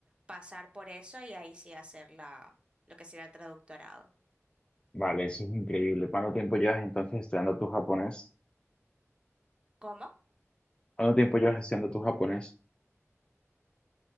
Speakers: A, on the right; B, on the left.
A: pasar por eso y ahí sí hacer la, lo que sería el traductorado.
B: vale, eso es increíble. ¿Cuánto tiempo llevas entonces estudiando tu japonés?
A: ¿Cómo?
B: ¿Cuánto tiempo llevas estudiando tu japonés?